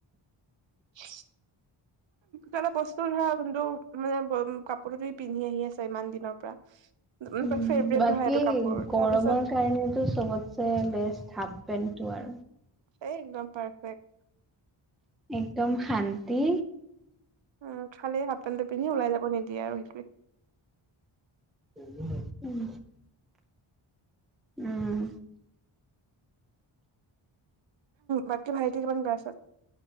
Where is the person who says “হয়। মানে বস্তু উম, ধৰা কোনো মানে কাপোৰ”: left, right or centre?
Right